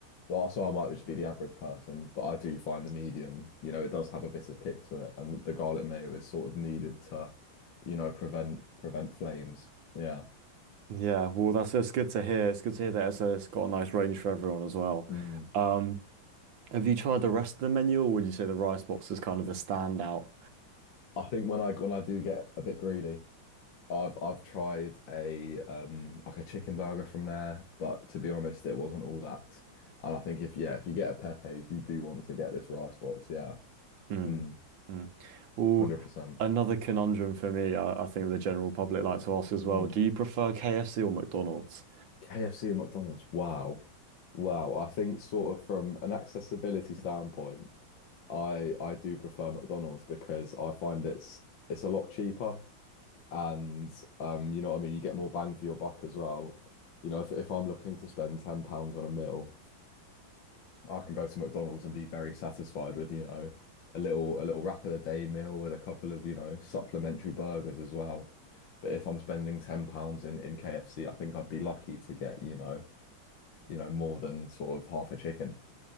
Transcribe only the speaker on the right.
Yeah, well, that's it's good to hear. It's good to hear that it's, uh, it's got a nice range for everyone as well.
Um, have you tried the rest of the menu, or would you say the rice box is kind of the standout?
Mm,
mm. Well,
another conundrum for me, I, I think the general public like to ask as well.
Do you prefer KFC or McDonald's?